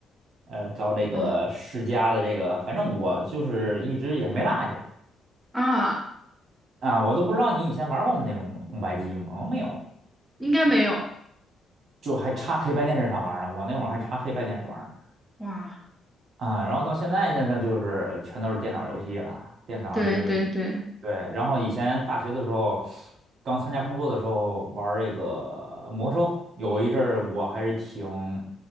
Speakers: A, on the right; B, in the centre.
A: 呃到这个世嘉的这个，
B: 啊
A: 反正我就是一直也没落下
B: 啊，
A: 啊，我都不知道你以前玩过我们那种红白机吗？哦没有，
B: 应该没有
A: 就还插黑白电视上玩儿呢，我那会儿还插黑白电视玩儿呢。
B: 哇，
A: 啊，然后到现在呢，那就是全都是电脑游戏了，电脑就是
B: 对对对
A: 对。然后以前大学的时候，刚参加工作的时候玩儿这个魔兽，有一阵儿我还是挺